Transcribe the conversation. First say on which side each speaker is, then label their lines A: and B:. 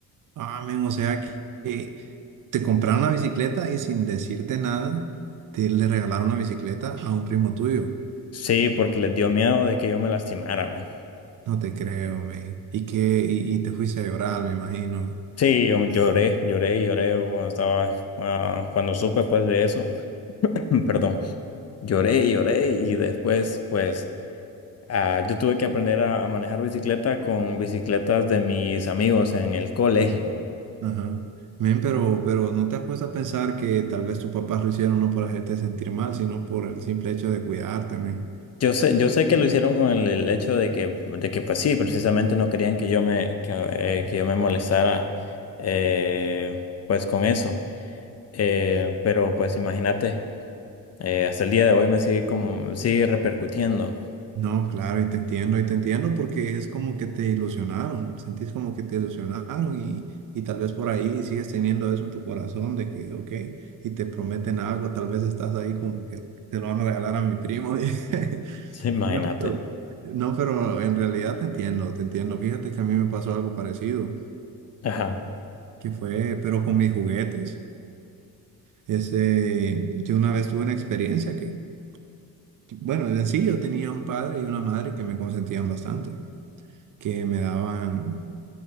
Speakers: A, on the right; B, on the left.
A: Ah, men, o sea que que te compraron la bicicleta y sin decirte nada, te le regalaron la bicicleta a un primo tuyo.
B: Sí, porque les dio miedo de que yo me lastimara, man.
A: No te creo, men. Y que, y, y te fuiste a llorar, me imagino.
B: Sí, yo lloré, lloré, y lloré cuando estaba, ah, cuando supe pues de eso, <laughs> <clears throat> perdón, lloré, y lloré y después pues ah, yo tuve que aprender a, a manejar bicicleta con bicicletas de mis amigos en el colegio.
A: Ajá. Men, pero, pero no te has puesto a pensar que tal vez tus papás lo hicieron no por hacerte sentir mal, sino por el simple hecho de cuidarte, men
B: Yo sé, yo sé que lo hicieron con el, el hecho de que, de que pues sí, precisamente no querían que yo me, que, eh, que yo me molestara eh, pues con eso. Eh, pero pues imagínate. Eh, hasta el día de hoy me sigue como, sigue repercutiendo. <laughs>
A: No, claro, y te entiendo, y te entiendo porque es como que te ilusionaron, sentís como que te ilusionaron y, y tal vez por ahí sigues teniendo eso en tu corazón de que, ok, y te prometen algo, tal vez estás ahí como que te lo van a regalar a mi primo. <laughs>
B: Imagínate.
A: No, pero, no, pero en realidad te entiendo, te entiendo. Fíjate que a mí me pasó algo parecido,
B: Ajá.
A: que fue, pero con mis juguetes. Ese, yo una vez tuve una experiencia que, que, bueno, en sí yo tenía un padre y una madre que me consentían bastante. que me daban,